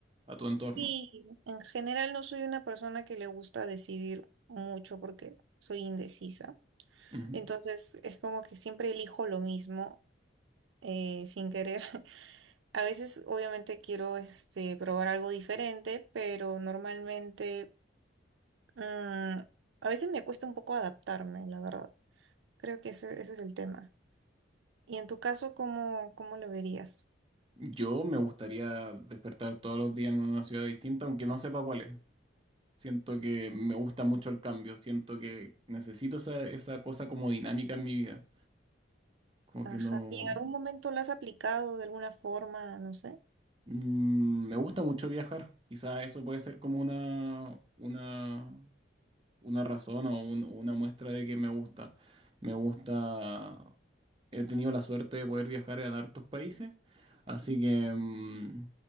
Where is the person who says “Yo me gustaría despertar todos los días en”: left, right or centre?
Right